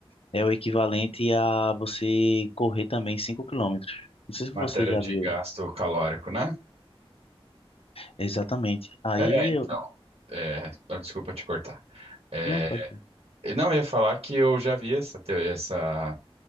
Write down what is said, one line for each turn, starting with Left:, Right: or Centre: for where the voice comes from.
Left: é o equivalente a você correr também 5 quilômetros. Não sei se você
Right: Matéria
Left: já
Right: de
Left: viu.
Right: gasto calórico, né?
Left: Exatamente. Aí
Right: É, então, é, não, desculpa te cortar. É,
Left: Não, pode. crer.
Right: não, eu ia falar que eu já vi essa, teo- essa